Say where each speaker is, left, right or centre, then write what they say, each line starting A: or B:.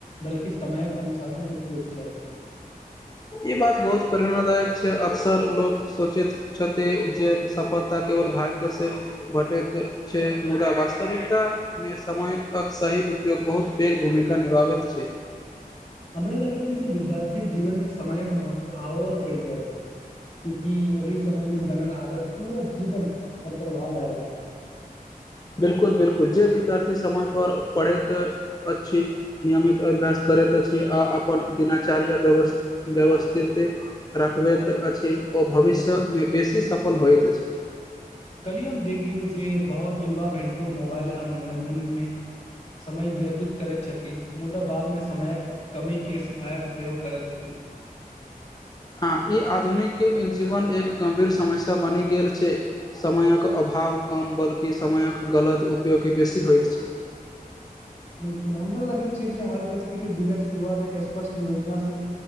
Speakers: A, on the left (about 45°); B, on the left (about 25°).
A: बल्कि समयक अनुशासन उपयोग छल
B: ई बात बहुत प्रेरणादायक छै अक्सर लोक सोचैत छथि जे सफलताके भाग्यसँ भेटैत छै मुदा वास्तविकता मे समयक सही उपयोग उपयोग बहुत पैघ भूमिका निभाबैत छै
A: हमरा लगैत छै जे विद्यार्थीके जीवन मे समयक महत्व आओर बढ़ि जाइत छै क्योंकि ओहि समयमे बनल आदत पूरा जीवन पर प्रभाव डालैत छै <unintelligible>
B: बिलकुल बिलकुल जे विद्यार्थी समय पर पढ़ैत अछि नियमित अभ्यास करैत अछि अपन देना छै कार्य व्यवस व्यवस्थित रखबैत अछि ओ भविष्यमे बेसी सफल सफल होइत अछि
A: काल्हि हम देख लियौ जे बहुत युवा घण्टो मोबाइल आ मनोरञ्जनमे समय व्यतीत करैत छथि मुदा बादमे समयक कमी के शिकायत सेहो करैत छथि <inaudible>
B: हँ ई आधुनिक जीवन एक गम्भीर समयसँ बनि गेल छै समयक अभाव भाव कम बल्कि समयक गलत उपयोगी बेसी होइत छै
A: <inaudible> बिलकुल हमरो लगैत छै जे हर व्यक्तिक के दिनक शुरुआत एक स्पष्ट योजना से